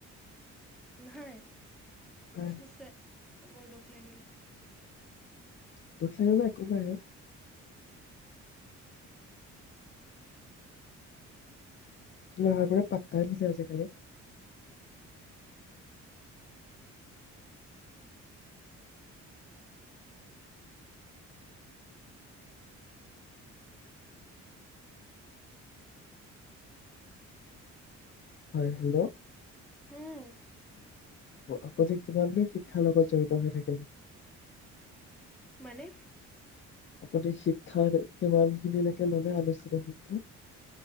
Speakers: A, in the centre; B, on the left.
A: নহয়
B: নাই
A: শ হৈছে বৰ দুখ লাগিল
B: তো ফালে একো নাই লৰা বোৰ পাত্তাই পিছে আজিকালি হয় হেল্ল'
A: হুম
B: আপুনি কিমান দুৰ শিক্ষাৰ লগত জড়িত হৈ থাকিলে
A: মানে
B: আপুনি শিক্ষা কিমানখিনিলৈকে ললে আনুষ্ঠানিক শিক্ষা